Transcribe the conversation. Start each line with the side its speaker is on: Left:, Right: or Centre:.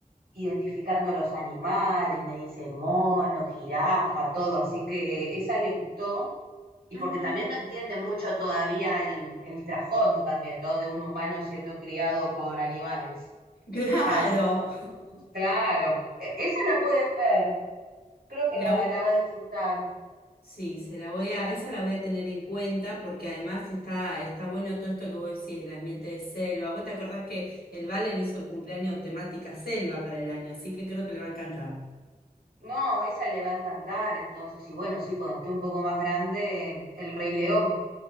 Right: identificando los animales, me dice mono, jirafa, todo. Así que esa le gustó. y
Left: ajá.
Right: porque también no entiende mucho todavía el, el trasfondo también, ¿no? De un humano siendo criado por animales.
Left: Claro.
Right: Así
Left: <laughs>
Right: que, mm, claro, e- esa la pueden ver, creo que la,
Left: La, vo-
Right: la va a disfrutar.
Left: sí, se la voy a, esa la voy a tener en cuenta porque además está, está bueno todo esto que vos decís, el ambiente de selva. Vos te acordás que el Valen hizo el cumpleaños temática selva para el año, así que creo que le va a encantar.
Right: No, esa le va a encantar, entonces, y bueno, sí, cuando esté un poco más grande, El Rey León.